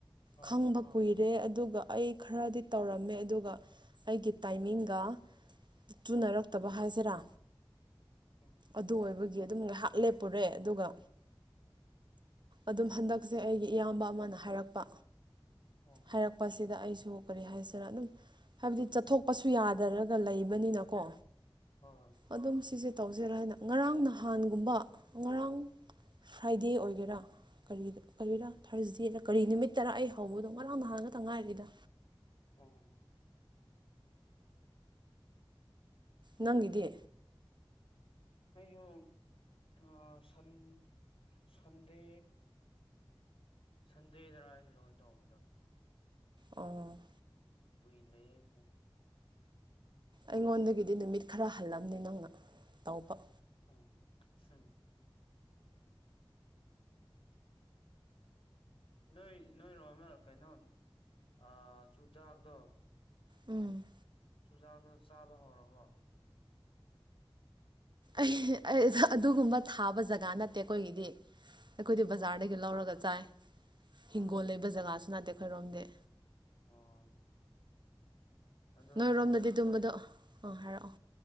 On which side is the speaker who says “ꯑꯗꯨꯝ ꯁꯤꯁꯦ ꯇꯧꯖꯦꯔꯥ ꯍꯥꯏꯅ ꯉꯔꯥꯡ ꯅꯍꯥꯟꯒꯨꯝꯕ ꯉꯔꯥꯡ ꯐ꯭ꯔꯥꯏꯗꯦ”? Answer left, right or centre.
Right